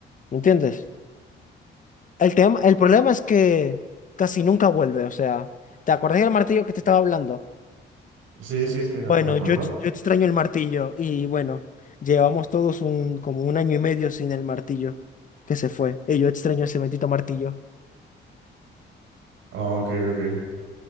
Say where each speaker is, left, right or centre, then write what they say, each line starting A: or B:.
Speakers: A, on the left; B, on the right.
A: ¿me entiendes? El tema, el problema es que casi nunca vuelve, o sea, ¿te acordás del martillo que te estaba hablando?
B: Sí, sí, te-
A: Bueno,
B: me acuerdo.
A: yo, ex- yo extraño el martillo y bueno, llevamos todos un, como un año y medio sin el martillo que se fue y yo extraño ese bendito martillo.
B: Ah, ok, ok.